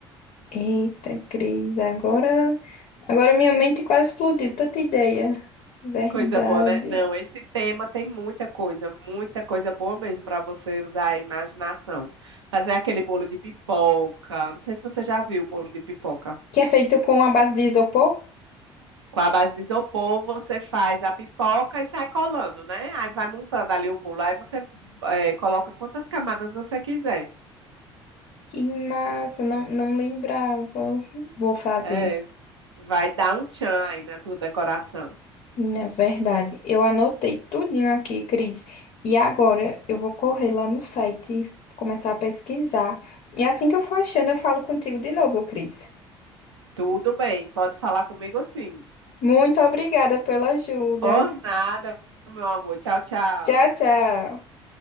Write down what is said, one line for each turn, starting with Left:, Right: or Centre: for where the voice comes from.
Left: Eita, Cris, agora, agora minha mente quase explodiu, tanta ideia. Verdade.
Right: Coisa boa, né? Não, esse tema tem muita coisa, muita coisa boa mesmo para você usar a imaginação. Fazer aquele bolo de pipoca. Não sei se você já viu o bolo de pipoca.
Left: Que é feito com a base de isopor?
Right: Com a base de isopor, você faz a pipoca e sai colando, né? Aí vai montando ali o bolo. Aí você eh, coloca quantas camadas você quiser.
Left: Que massa, não, não lembrava. Vou fazer.
Right: É, vai dar um tchan aí na tua decoração.
Left: E na verdade, eu anotei tudinho aqui, Cris. E agora eu vou correr lá no site, começar a pesquisar. E assim que eu for achando, eu falo contigo de novo, Cris.
Right: Tudo bem, pode falar comigo sim.
Left: Muito obrigada pela ajuda.
Right: Por nada, meu amor. Tchau, tchau.
Left: Tchau, tchau.